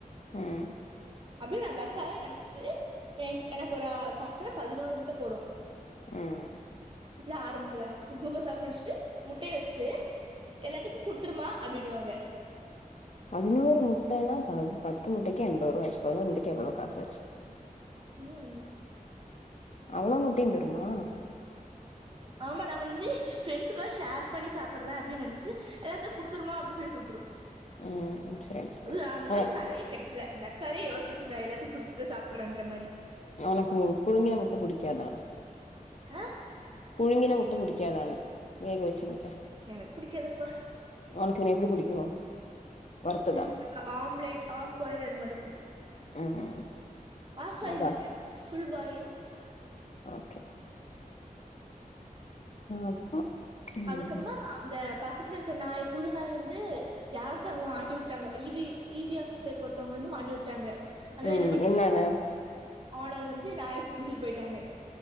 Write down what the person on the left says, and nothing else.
ம்
ம்
பதினோரு முட்டேன்னா ப பத்து முட்டைக்கே எண்பது ரூவா ஆச்சு பதினோரு முட்டைக்கி எவ்ளோ காசாச்சு
அவ்ளோவு முட்டையு தருமா
ம் சேரி சேரி
உன
அவனுக்கு புழுங்கிய முட்ட புடிக்காதா
புழிங்கின முட்ட புடிக்காதான்னே வேக வச்சு முட்ட
ஒனக்கு என்ன எப்டி புடிக்கு வறுத்ததா
ம்
அவா
ஓகே அப்போ ம்
ம்
என்னன்னு